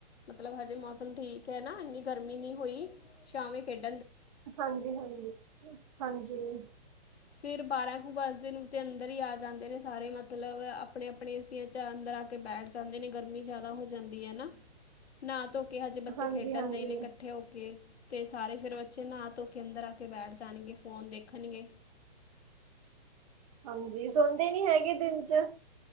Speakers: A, on the left; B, on the right.
A: ਮਤਲਬ ਹਜੇ ਮੌਸਮ ਠੀਕ ਹੈ ਨਾ ਇੰਨੀ ਗਰਮੀ ਨਹੀਂ ਹੋਈ ਸ਼ਾਮ ਖੇਡ
B: ਹਾਂਜੀ, ਹਾਂਜੀ, ਹਾਂਜੀ
A: ਫਿਰ ਬਾਰਾਂ ਕੁ ਬਜਦੇ ਨੂੰ ਤੇ ਅੰਦਰ ਹੀ ਆ ਜਾਂਦੇ ਨੇ ਸਾਰੇ ਮਤਲਬ ਆਪਣੇ-ਆਪਣੇ ਏਸੀਆਂ ਚ ਅੰਦਰ ਆ ਕੇ ਬੈਠ ਜਾਂਦੇ ਨੇ ਗਰਮੀ ਜਿਆਦਾ ਹੋ ਜਾਂਦੀ ਹੈ ਨਾਹ ਧੋ ਕੇ ਹਜੇ ਬੱਚੇ
B: ਹਾਂਜੀ
A: ਖੇਡਣ
B: ਹਾਂਜੀ
A: ਦੇ ਨੇ ਇਕੱਠੇ ਹੋ ਕੇ ਅਤੇ ਸਾਰੇ ਫਿਰ ਬੱਚੇ ਨਹਾ ਧੋ ਕੇ ਅੰਦਰ ਆ ਕੇ ਬੈਠ ਜਾਣਗੇ ਫ਼ੋਨ ਦੇਖਣਗੇ।
B: ਹਾਂਜੀ ਸੌਦੇ ਨੀ ਹੈਗੇ ਦਿਨ ਚ?